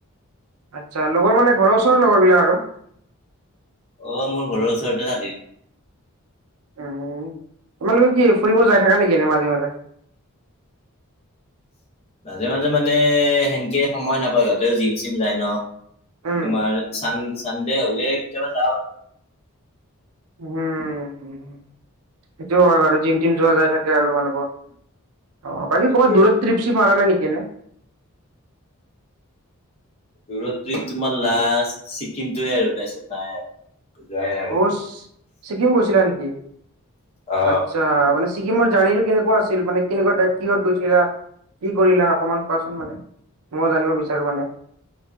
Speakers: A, on the right; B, on the left.
A: আচ্ছা লগৰ মানে ঘৰৰ ওচৰৰ লগৰ বিলাক আৰু।
B: অ মোৰ ঘৰৰ ওচৰতে থাকে।
A: উম তোমালোকে কি ফুৰিব যাই থাকা নেকি এনে মাজে মাজে
B: মাজে মাজে মানে সেনকে সময় নাপায় সিহঁতেও জিম চিম যায় ন।
A: উম,
B: তোমাৰ চান চানডে হলে কেতিয়াবা যাও আৰু
A: উম উম সেইটোও হয় বাৰু জিম টিম যোৱা যায় থাকে আৰু তোমালোকৰ অ বাকী
B: সেইটোৱে
A: ক'ৰবাত দূৰত ত্ৰিপ চিপ মাৰা নাই নেকি এনে?
B: দূৰত টিপ তোমাৰ লাষ্ট ছিকিমটোৱে আৰু তাৰপিছত নাই। যোৱাই নাই
A: অ
B: ক'তো
A: ছিকিম গৈছিলা নেকি
B: অ
A: আচ্ছা মানে- ছিকিমৰ জাৰ্ণিটো কেনেকোৱা আছিল মানে কেনেকুৱা টাইপ কিহত গৈছিলা? কি কৰিলা অকমান কোৱাচোন মানে ময় জানিব বিচাৰো মানে